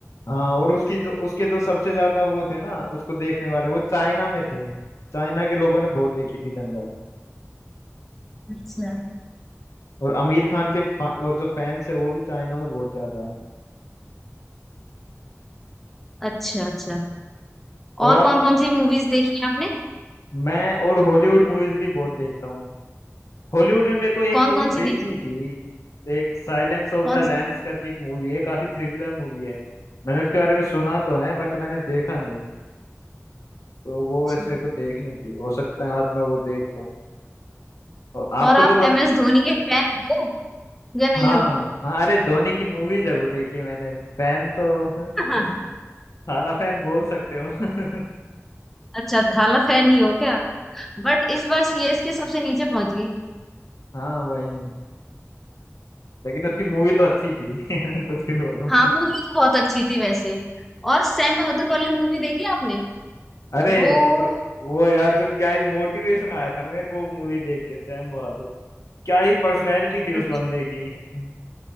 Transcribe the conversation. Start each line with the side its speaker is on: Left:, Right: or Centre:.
Left: हाँ और उसकी जो उसके जो सबसे ज्यादा वो थे ना उसको देखने वाले वो चाइना में थे चाइना के लोगों ने बहुत देखी थी दंगल
Centre: अच्छा
Left: और आमिर खान के फा- वो जो फैंस है वो भी चाइना में बहुत ज्यादा है
Centre: अच्छा अच्छा
Left: और
Centre: और
Left: अब
Centre: कौन कौन सी मूवीज देखी है आपने
Left: मैं और हॉलीवुड मूवीज भी बहुत देखता हूँ हॉलीवुड में मेरे को एक
Centre: कौन
Left: मूवी
Centre: कौन
Left: देखनी
Centre: सी देखी
Left: थी एक साइलेंस ऑफ
Centre: कौन
Left: द लैम्स
Centre: सी
Left: करके एक मूवी है काफी थ्रिलर मूवी है मैंने उसके बारे में सुना तो है बट मैंने देखा नहीं तो वो
Centre: अच्छा।
Left: वैसे मेरे को देखनी थी हो सकता है आज मैं वो देख लूँ और आपको
Centre: और आप
Left: जो
Centre: एम एस धोनी के फैन हो या
Left: हाँ
Centre: नहीं हो
Left: हाँ अरे धोनी की मूवी जरूर देखी है मैंने फैन तो <laughs>
Centre: <laughs>
Left: साला फैन बोल सकते हो <laughs>
Centre: अच्छा थाला फैन ही हो क्या बट इस बार सीएसके सबसे नीचे पहुंच गई
Left: हाँ वही लेकिन उसकी मूवी तो अच्छी थी <laughs> कुछ भी बोलो
Centre: हाँ मूवी तो बहुत अच्छी थी वैसे और सैम बहादुर वाली मूवी देखी आपने
Left: अरे
Centre: वो
Left: वो तो वो यार जो क्या ही मोटिवेशन आया था ना मेरे को मूवी देख के सैम बहादुर क्या ही पर्सनैलिटी थी उस
Centre: अच्छा
Left: बंदे की <laughs>